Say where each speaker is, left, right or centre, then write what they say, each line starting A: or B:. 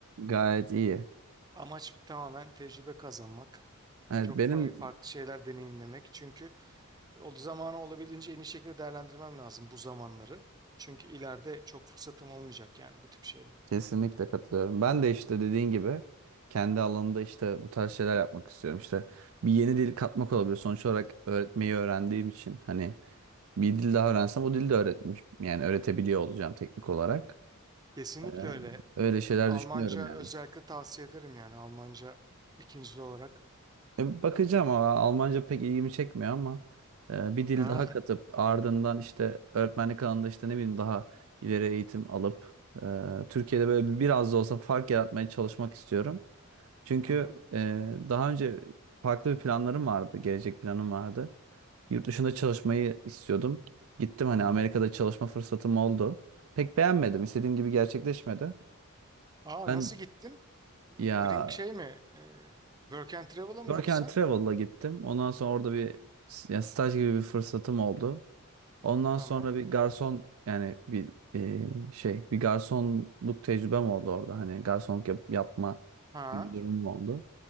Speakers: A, on the right; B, on the right.
A: Gayet iyi.
B: Amaç tamamen tecrübe kazanmak.
A: Evet
B: Çok
A: benim
B: fa- farklı şeyler deneyimlemek. Çünkü O zamanı olabildiğince en iyi şekilde değerlendirmem lazım bu zamanları. Çünkü ileride çok fırsatım olmayacak yani bu tip şeylere.
A: kesinlikle katılıyorum. Ben de işte dediğin gibi kendi alanımda işte bu tarz şeyler yapmak istiyorum. İşte bir yeni dil katmak olabilir. Sonuç olarak öğretmeyi öğrendiğim için hani Bir dil daha öğrensem o dili de öğretmiş yani öğretebiliyor olacağım teknik olarak.
B: Kesinlikle
A: Ee,
B: öyle.
A: öyle şeyler
B: Almanca
A: düşünüyorum yani.
B: özellikle tavsiye ederim yani Almanca ikincili olarak.
A: E, bakacağım ama Almanca pek ilgimi çekmiyor ama e, bir dil
B: Aa,
A: daha katıp ardından işte öğretmenlik alanında işte ne bileyim daha ileri eğitim alıp e, Türkiye'de böyle biraz da olsa fark yaratmaya çalışmak istiyorum. Çünkü
B: Hı hı.
A: e, daha önce farklı bir planlarım vardı, gelecek planım vardı. Yurt dışında çalışmayı istiyordum. Gittim hani
B: Hı hı.
A: Amerika'da çalışma fırsatım oldu. Pek beğenmedim. İstediğim gibi gerçekleşmedi.
B: Aa
A: Ben
B: nasıl gittin? Green
A: ya
B: şey mi? Ee, Work and Travel'a mı
A: Work
B: yoksa?
A: and Travel'la gittim. Ondan sonra orada bir s- ya staj gibi bir fırsatım oldu. Ondan
B: Tamam.
A: sonra bir garson yani bir e, şey bir garsonluk tecrübem oldu orada. Hani garsonluk yap- yapma
B: Ha.
A: gibi bir durumum oldu.